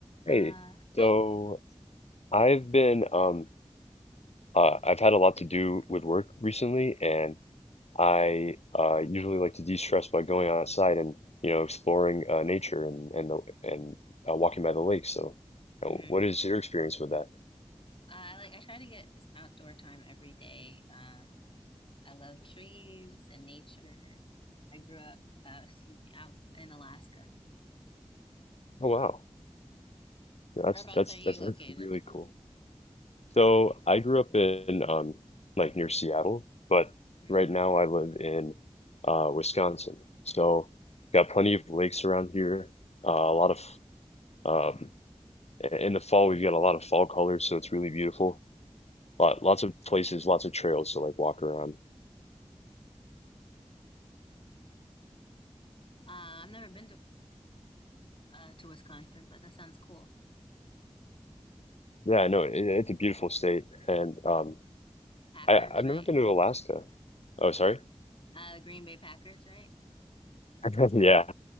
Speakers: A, on the left; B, on the left.
A: Uh,
B: Hey, so
A: hi.
B: I've been um uh I've had a lot to do with work recently and I uh usually like to de-stress by going outside and you know exploring uh nature and and the, and uh, walking by the lake. So, you
A: hmm
B: know, what is your experience with that?
A: I like I try to get some outdoor time every day. Um, I love trees and nature. I grew up, uh, excuse me, I was in Alaska.
B: Oh wow. That's
A: Whereabouts
B: that's
A: are you
B: that's that's
A: located?
B: really cool. So, I grew up in um like near Seattle, but
A: hmm
B: right now I live in uh Wisconsin. So, got plenty of lakes around here uh, a lot of Um, in the fall, we've got a lot of fall colors, so it's really beautiful. Lot, lots of places, lots of trails to like walk around.
A: Uh, I've never been to uh to Wisconsin, but that sounds cool.
B: Yeah, no, it, it's a beautiful state, and um,
A: Packers,
B: I I've
A: right?
B: never been to Alaska. Oh, sorry.
A: Uh, the Green Bay Packers, right?
B: <laughs> Yeah,